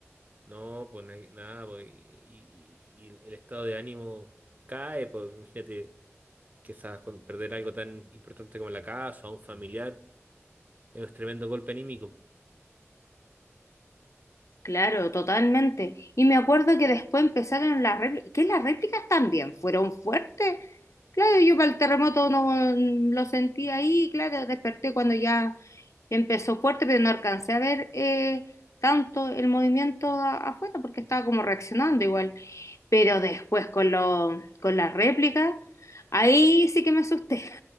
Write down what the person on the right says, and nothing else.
no, pues na- nada, pues, y, y- y el estado de ánimo cae, pues imagínate quizás cuando perder algo tan importante como la casa o a un familiar, es un tremendo golpe anímico.